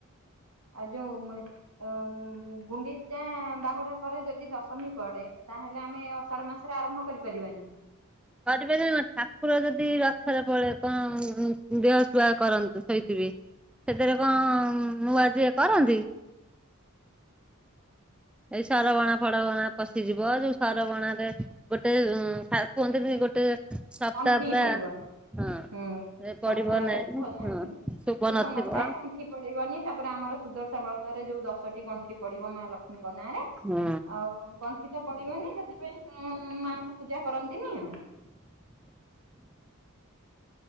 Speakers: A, on the right; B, in the centre.
A: ଆଉ ଯୋଉ ଗୁଣ୍ଡିଚା ବାହୁଡା ପରେ ଯଦି ଦଶମୀ ପଡେ ତାହେଲେ ଆମେ ଅଷାଢ ମାସରେ ଆରମ୍ଭ କରିପାରିବାନି।
B: କରିପାରିବ କ ଠାକୁର ଯଦି ରଥରେ ପଡେ କଣ ଦେହ ସୁୁଆ କରନ୍ତୁ ସୋଇଥିବେ ସେଥିରେ କଣ ନୂଆ ଯିଏ କରନ୍ତି।
A: ହ
B: ଏଇ ସର ବଣ ଫଡ ବଣା ଫଶ୍ ଯିବ ଯୋଉ ସରବଣ ରେ ଗୋଟେ ଉ କୁହନ୍ତିନି ଗୋଟେ ସପ୍ତାହ
A: ଅଣ୍ଠି
B: ପୁରା
A: ପଡିବନି।
B: ହଁ।
A: ହୁଁ
B: ସେ ପଡିବ
A: ସପ୍ତାହ ଶୁଭ ନାହିଁ
B: ହଁ
A: ଶୁଭ
B: ନଥିବ।
A: ନଥାଏ ଗଣ୍ଠି ପଡିବନି ତାପରେ ଆମର ସୁଦର୍ଶା ବର୍ଷାରେ ସେ ଯୋଉ ଦଶଟି ଗଣ୍ଠି ପଡିବ ମା ଲକ୍ଷ୍ମୀଙ୍କ ନାଁ ରେ
B: ହୁଁ
A: ଆଉ ଗଣ୍ଠି ତ ପଡିବନି ସେଥିପାଇଁ ଉଁ ଉଁ ମାଙ୍କୁ ପୂଜା କରନ୍ତିନି ଆଉ।